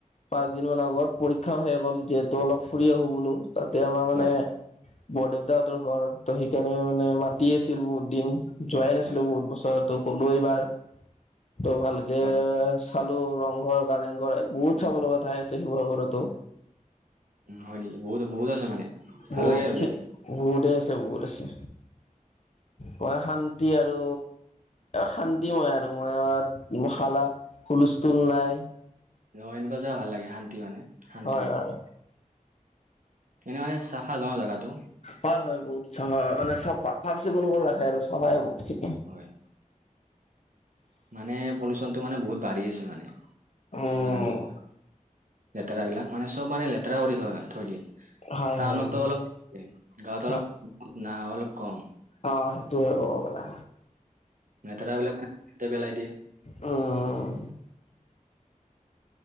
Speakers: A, on the left (about 55°); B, on the right (about 75°).
A: পাঁচ দিন মান আগত পৰীক্ষাও শেস হ'ল যিহেতু অলপ ফুৰি আহো বোলো। তাতে আমাৰ মানে
B: হয়
A: বৰ দেউতাহতৰ ঘৰ তো সেইকাৰণে মানে মাতি আছিল বহুত দিন। যোৱাই নাছিলো
B: হয়
A: বহুত বছৰ তো গলো এইবাৰ ত' ভালকে
B: হয়
A: চাল ৰংঘৰ কাৰেংঘৰ বহুত চাব লগা ঠাই আছে শিৱসাগৰতো।
B: উম, হয় নেকি বহুত আছে মানে? ভাল
A: বহুত
B: লাগে আৰু যাই
A: বহুতেই আছে বহুত আছে। মই শান্তি আৰু। শান্তিময় আৰু মানে শালা হুলস্থুল নাই।
B: ন' এনেকুৱা যোৱা ভাল লাগে, শান্তি মানে। শান্তিবোৰ
A: হয়, হয়।
B: এনে মানে চাফা ন' জেগাটো?
A: হয়, হয়, বহুত চাফা মানে চব চাফ-চিকুণ কৰি ৰাখে আৰু চফায়ে বহুত
B: হয়। মানে পলিউশ্যনটো মানে বহুত বাঢ়ি আছে মানে,
A: উম
B: মানুহ বিলাকৰ লেতেৰা বিলাক, মানে চব মানে লেতেৰা কৰি থয়, থৈ দিয়ে।
A: হয়
B: টাউনতো
A: হয়
B: অলপ, গাঁৱত
A: হয়
B: অলপ না অলপ কম।
A: অ', সেইটো হয় কব গ'লে।
B: লেতেৰাবিলাকতে পেলাই দিয়ে।
A: অ'।